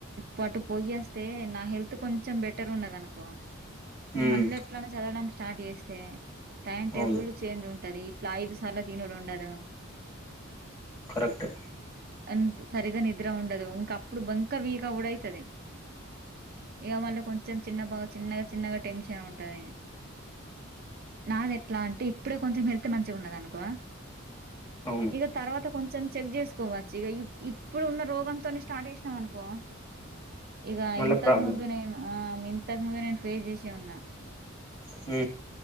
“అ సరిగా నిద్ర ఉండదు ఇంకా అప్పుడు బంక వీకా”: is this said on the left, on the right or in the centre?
Right